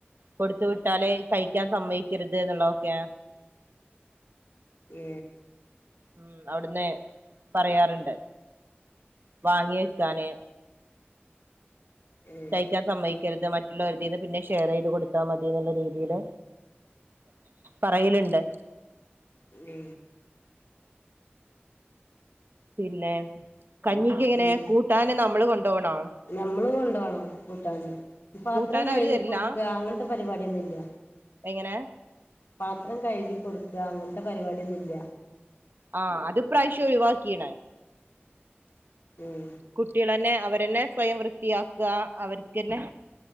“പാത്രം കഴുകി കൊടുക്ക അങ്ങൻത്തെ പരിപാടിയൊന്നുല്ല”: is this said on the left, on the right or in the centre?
Left